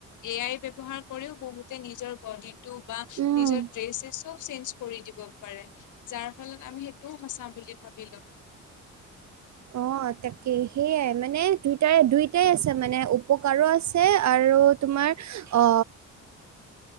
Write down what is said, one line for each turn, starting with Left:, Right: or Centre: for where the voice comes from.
Left: এ আই ব্যৱহাৰ কৰিও বহুতে নিজৰ বডি টো বা
Right: উম
Left: নিজৰ ড্ৰেছেব চব চেঞ্জ কৰি দিব পাৰে। যাৰ ফলত আমি সেইটোও সচাও বুলি ভাবি লও।
Right: অ, তাকে সেয়াই মানে দুইটাই - দুইটাই আছে মানে উপকাৰো আছে আৰু তোমাৰ অ,